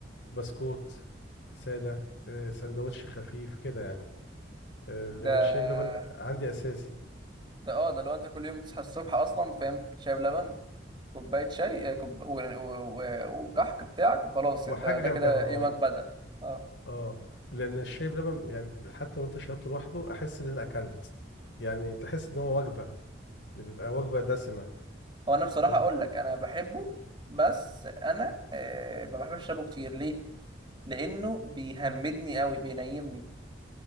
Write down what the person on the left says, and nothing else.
بسكوت سادة آه، سندوتش خفيف كده يعني آه، لان
الشاي بلبن عندي اساسي
وحاجه
جنبها
اه
اه لان الشاي بلبن يعني حتى لو انت شربته لوحده احس ان انا اكلت يعني تحس ان هو وجبه اللي بيبقى وجبه دسمه
بت...